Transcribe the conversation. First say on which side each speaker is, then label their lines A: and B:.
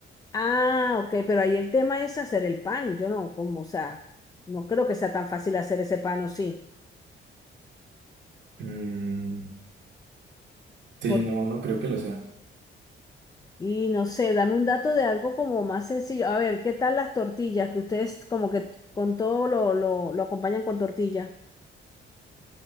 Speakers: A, on the left; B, on the right.
A: Ah, ok, pero ahí el tema es hacer el pan. Yo no, como, o sea, no creo que sea tan fácil hacer ese pan o sí.
B: Mm, sí,
A: Por,
B: no, no creo que lo sea.
A: y no sé, dame un dato de algo como más sencillo. A ver, ¿qué tal las tortillas? Que ustedes como que con todo lo, lo, lo acompañan con tortilla.